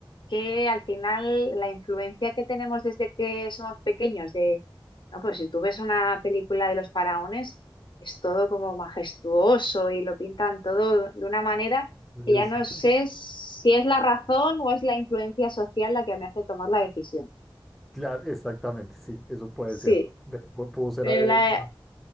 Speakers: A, on the left (about 65°); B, in the centre.
A: que al final la influencia que tenemos desde que somos pequeños de, no, pues si tú ves una película de los faraones, es todo como majestuoso y lo pintan todo de una manera
B: entonces,
A: que ya no
B: <laughs>
A: sé si es la razón o es la influencia social la que me hace tomar la decisión.
B: claro, exactamente, sí, eso puede
A: Sí,
B: ser. De- pu- Pudo ser.
A: Pero
B: eh,
A: la,
B: <laughs> más-